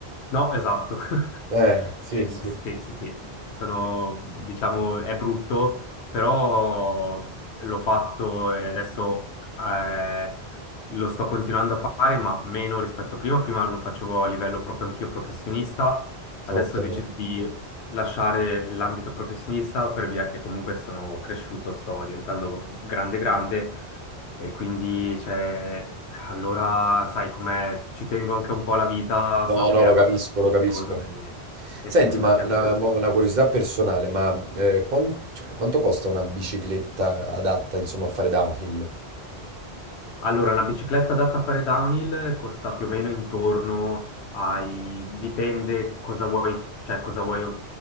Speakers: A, on the left; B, on the right.
A: No, esatto. <laughs>
B: Eh, sì,
A: Eh,
B: sì.
A: sì, sì, sì, sono, diciamo, è brutto, però l'ho fatto e adesso eh, lo sto continuando a fare, ma meno rispetto a prima. Prima lo facevo a livello proprio anch'io professionista, adesso
B: Ok.
A: ho deciso di lasciare l'ambito professionista per via che comunque sono cresciuto, sto diventando grande grande e quindi, cioè, allora sai com'è, ci tengo anche un po' alla vita,
B: No,
A: so che
B: no,
A: è
B: lo
A: abbastanza
B: capisco, lo
A: pericoloso
B: capisco.
A: e, e
B: Senti,
A: quindi
B: ma
A: è
B: una,
A: un casino.
B: mo- una curiosità personale, ma eh, quan- cioè, quanto costa una bicicletta adatta, insomma, a fare downhill?
A: Allora, una bicicletta adatta a fare downhill costa più o meno intorno ai... dipende cosa vuoi, cioè cosa vuoi,